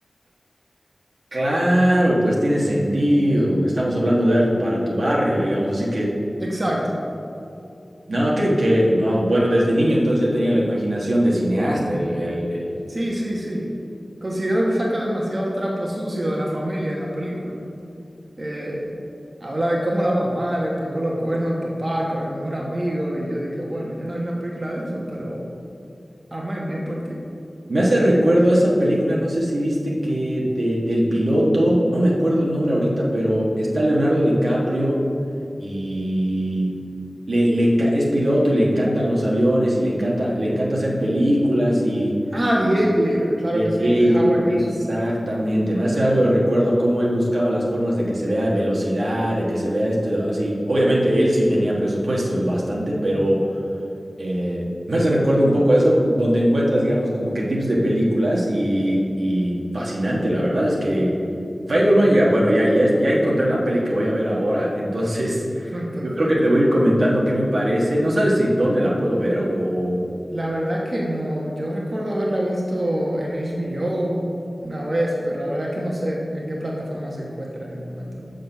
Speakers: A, on the right; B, on the right.
A: claro, pues tiene sentido, estamos hablando de algo para tu barrio, digamos, así que
B: Exacto.
A: No, que, que, no, bueno, desde niño entonces ya tenía la imaginación de cineasta. El, el, el...
B: Sí, sí, sí. Considero que saca demasiado trapo sucio de la familia en la película. Eh, habla de cómo la mamá le pegó los cuernos al papá con el mejor amigo y yo dije, bueno, yo no haría una película de eso, pero amén, bien por ti.
A: Me hace recuerdo a esa película, no sé si viste que de, del piloto, no me acuerdo el nombre ahorita, pero está Leonardo DiCaprio y le, le enca- es piloto y le encantan los aviones y le encanta, le encanta hacer películas y
B: Ah, The Aviator, claro
A: de
B: que sí,
A: Aviator.
B: de Howard Hughes.
A: Exactamente, me hace algo de recuerdo a cómo él buscaba las formas de que se vea velocidad, de que se vea esto así. Obviamente él sí tenía presupuestos bastante, pero Eh, me hace recuerdo un poco a eso, donde encuentras, digamos, como que tips de películas y, y fascinante, la verdad es que Fableman, ya, bueno, ya, ya, es- ya encontré la peli que voy a ver ahora, <laughs> entonces
B: <laughs> Perfecto.
A: yo creo que te voy a ir comentando qué me parece. No sabes si dónde la puedo ver o...
B: La verdad que no, yo recuerdo haberla visto en HBO una vez, pero la verdad que no sé en qué plataforma se encuentra en el momento.